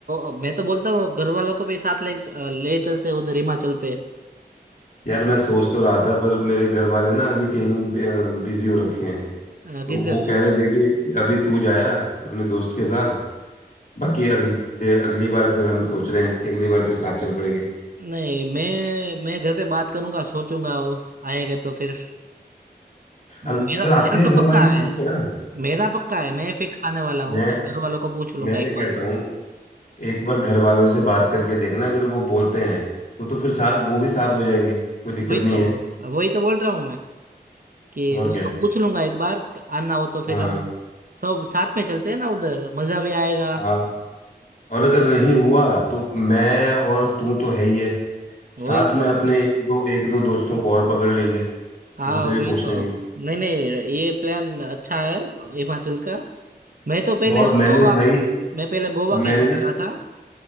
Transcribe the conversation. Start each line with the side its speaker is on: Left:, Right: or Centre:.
Right: ओ, मैं तो बोलता हूँ घर वालों को भी साथ ले ले चलते हैं उधर हिमाचल पे
Left: यार मैं सोच तो रहा था पर मेरे घर वाले ना अभी कहीं बिजी हो रखे हैं
Right: आ,
Left: तो
Right: किधर
Left: वो कह रहे थे कि अभी तू जाया अपने दोस्त के साथ बाकी अगली अगली बार फिर हम सोच रहे हैं कि अगली बार फिर साथ चल पड़ेंगे
Right: नहीं मैं मैं घर पे बात करूंगा सोचूंगा वो आएगा तो फिर मेरा
Left: अगर
Right: मेरा
Left: आते हैं
Right: तो
Left: घर
Right: पक्का
Left: वाले तो ठीक
Right: है
Left: है ना
Right: मेरा पक्का है मैं फिक्स आने वाला
Left: मैं
Right: हूँ पर घर वालों को पूछ लूंगा
Left: मैं
Right: एक
Left: क्या कहता
Right: बार
Left: हूँ एक बार घर वालों से बात करके देखना अगर वो बोलते हैं तो तो फिर साथ वो भी साथ हो जाएंगे कोई दिक्कत
Right: वही
Left: नहीं
Right: तो
Left: है
Right: वही तो बोल रहा हूँ मैं कि
Left: और
Right: उसको
Left: क्या
Right: पूछ लूंगा एक बार आना हो तो फिर
Left: हाँ
Right: हम सब साथ में चलते हैं ना उधर मजा भी आएगा
Left: हाँ और अगर नहीं हुआ तो मैं और तू तो है ही है साथ
Right: वही
Left: में
Right: तो
Left: अपने एक दो एक दो दोस्तों को और पकड़ लेंगे
Right: हाँ
Left: उनसे
Right: वही
Left: भी पूछ
Right: तो
Left: लेंगे
Right: नहीं नहीं ये प्लान अच्छा है हिमाचल का मैं तो पहले
Left: और
Right: गोवा
Left: मैंने भाई
Right: मैं पहले गोवा
Left: मैंने
Right: के सोच
Left: ना
Right: रहा था